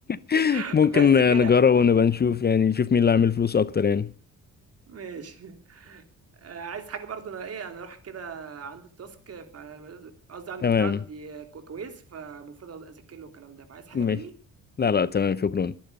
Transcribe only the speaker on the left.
<laughs>
ممكن
نجرب ونبقى نشوف يعني نشوف مين اللي عامل فلوس اكتر يعني
تمام
ماشي
لا لا تمام شكرا